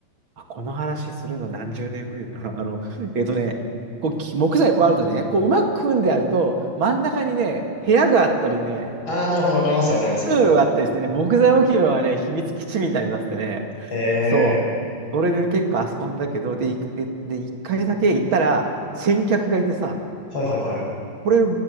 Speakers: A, on the right; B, on the left.
A: あ、この話するの何十年ぶりだな。<laughs> あの、えっとね、こうき木材こうあるとね、こううまく組んであると、真ん中にね、部屋があったりね、
B: ああ、なるほど、わかりますよ、わかりますよ。
A: 通路があったりしてね、木材置き場はね、秘密基地みたいになっててね、
B: ええ
A: そう、それで結構遊んだけど、で、いで、で、一回だけ行ったら、先客がいてさ、
B: ー、はい、はい、はい。
A: これ、